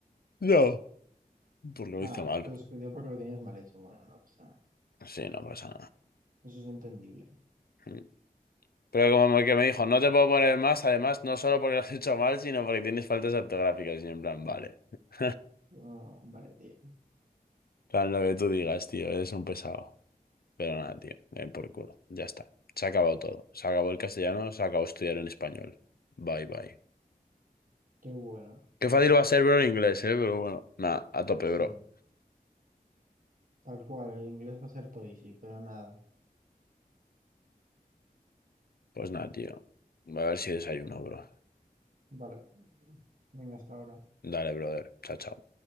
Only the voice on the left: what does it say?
no. Porque lo
hizo mal.
Sí, no pasa
nada. Pero como que me dijo, no te puedo poner más, además, no solo porque lo has hecho mal, sino porque tienes faltas ortográficas. Y yo en plan, vale. <laughs>
En plan, lo que tú digas, tío, eres un pesado. Pero nada, tío, ven por culo. Ya está. Se ha acabado todo. Se acabó el castellano, se acabó estudiar en español. Bye, bye.
Qué fácil va a ser, bro, en inglés, eh, pero bueno, nada, a tope,
bro.
Pues nada, tío. Voy a ver si desayuno, bro.
Dale, brother. Chao, chao.